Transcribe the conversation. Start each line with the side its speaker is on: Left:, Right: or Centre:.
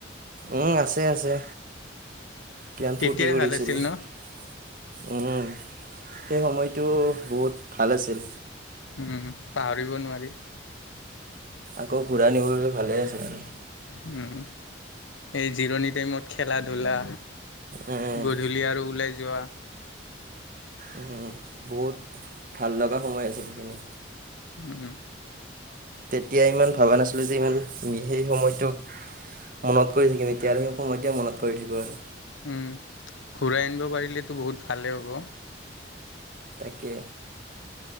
Right: উম আছে আছে। জ্ঞান
Left: তেতিয়াই
Right: ফুৰ্তি কৰিছিলোঁ
Left: ভাল আছিল
Right: উ
Left: ন
Right: সেই সময়টো বহুত ভাল আছিল।
Left: উম পাহৰিব নোৱাৰি।
Right: আকৌ ঘূৰাই নিব ভালে আছে আৰু।
Left: উম, এই জিৰণি টাইমত খেলা ধূলা
Right: উম।
Left: গধূলি আৰু ওলাই যোৱা
Right: উম, বহুত ভাল লগা সময় আছে, সেইখিনি
Left: উম, হম।
Right: তেতিয়া ইমান ভবা নাছিলো যে ইমান, সেই সময়টোক মনত কৰি থাকিম, এতিয়া আৰু সেই সময়তে মনত কৰি থাকিম আৰু
Left: উম, ঘূৰাই আনিব পাৰিলেতো বহুত ভালে হব।
Right: তাকে,